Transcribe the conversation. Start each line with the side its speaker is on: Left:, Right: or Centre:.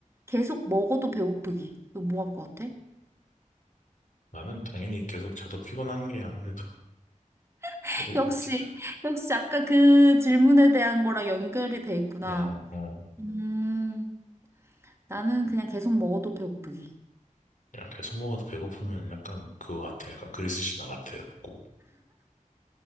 Right: 계속 먹어도 배고프기. 이거 뭐 할 것 같아?
Left: 나는 당연히 계속 자도 피곤한 게 아무래도
Right: <laughs>
Left: <laughs>
Right: 역시, 역시 아까 그 질문에 대한 거랑 연결이 돼 있구나.
Left: 어, 어.
Right: 음, 나는 그냥 계속 먹어도 배고프기.
Left: 야, 계속 먹어도 배고프면 약간 그거 같아. 약간 그리스 신화 같아. 갖고